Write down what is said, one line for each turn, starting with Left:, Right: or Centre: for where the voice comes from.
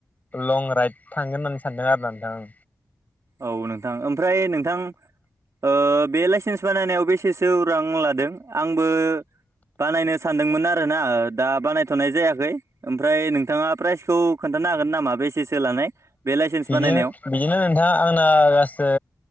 Left: लं राइड थांगोन होननानै सानदों आरो नोंथां आं
Right: औ नोंथां ओमफ्राय नोंथां ओ बे लाइसेन्स बानायनायाव बेसेसो रां लादों आंबो बानायनो सानदोंमोन आरोना ओ दा बानायथ'नाय जायाखै ओमफ्राय नोंथाङा प्राइजखौ खोन्थानो हागोन नामा बेसेसो लानाय बे लाइसेन्स
Left: बिदिनो
Right: बानायनायाव
Left: बिदिनो नोंथां आंना गासै